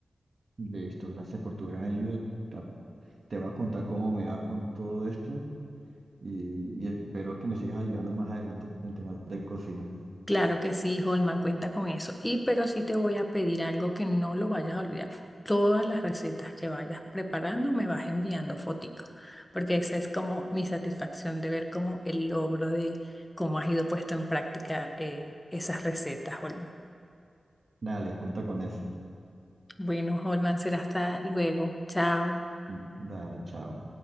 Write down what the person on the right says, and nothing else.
Listo, gracias por tu gran ayuda. Ta- Te voy a contar cómo me va con todo esto y, y espero que me sigas ayudando más adelante con temas de cocina.
Dale, cuenta con eso.
Mm, Dale, chao.